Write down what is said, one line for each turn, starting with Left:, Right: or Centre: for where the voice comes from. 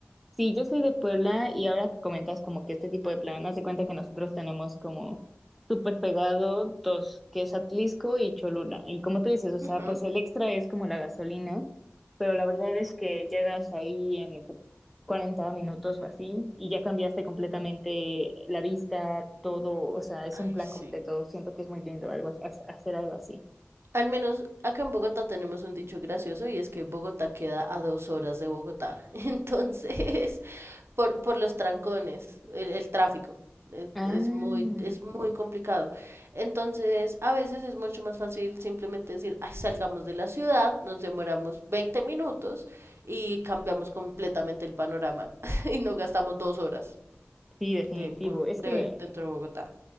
Centre: Sí, yo soy de Puebla y ahora que comentas como que este tipo de plan, haz de cuenta que nosotros tenemos como súper pegado dos, que es Atlisco y Cholula. Y como tú dices, o sea,
Right: Ujú.
Centre: pues el extra es como la gasolina, pero la verdad es que llegas ahí en cu- 40 minutos o así y ya cambiaste completamente
Right: Mm.
Centre: la vista, todo, o sea, es
Right: Ay,
Centre: un plan
Right: sí.
Centre: completo. Siento que es muy lindo algo, as- hacer algo así.
Right: Al menos acá en Bogotá tenemos un dicho gracioso y es que Bogotá queda a dos horas de Bogotá. <laughs> Entonces, Por, por los trancones, el, el tráfico. e-
Centre: Ah,
Right: Es muy, es muy complicado. Entonces, a veces es mucho más fácil simplemente decir, "Ay, salgamos de la ciudad, nos demoramos 20 minutos y cambiamos completamente el panorama <laughs> y no gastamos dos horas
Centre: sí, definitivo.
Right: de, pun-
Centre: Es
Right: de-
Centre: que
Right: dentro de Bogotá.